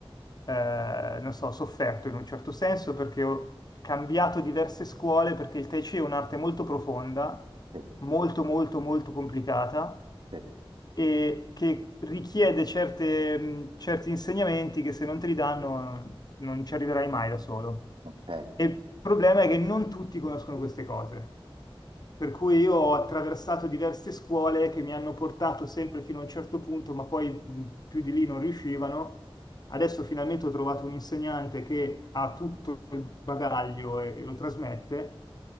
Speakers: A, on the left (about 45°); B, on the right (about 65°).
A: eh, non so, sofferto in un certo senso perché ho cambiato diverse scuole perché il Tai Chi è un'arte molto profonda,
B: Sì,
A: molto molto molto complicata
B: sì,
A: e che richiede certe, mh, certi insegnamenti che se non te li danno eh, non ci arriverai mai da solo.
B: ok.
A: E il problema è che non tutti conoscono queste cose. Per cui io ho attraversato diverse scuole che mi hanno portato sempre fino a un certo punto, ma poi mh, più di lì non riuscivano. Adesso finalmente ho trovato un insegnante che ha tutto il bagaglio e, e lo trasmette,